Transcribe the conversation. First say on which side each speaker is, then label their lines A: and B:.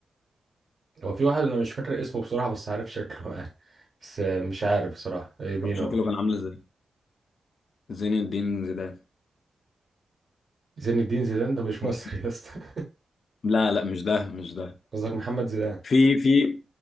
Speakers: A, on the right; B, on the left.
A: هو في واحد انا مش فاكر اسمه بصراحة بس عارف شكله آه. بس آه، مش عارف بصراحة آه، مين
B: طب شكله
A: هو
B: كان عامل ازاي زين الدين زيدان
A: زين الدين زيدان ده مش <laughs> مصري
B: مش-
A: يا اسطى <laughs>
B: لا لا مش ده مش ده
A: قصدك محمد زيدان
B: في في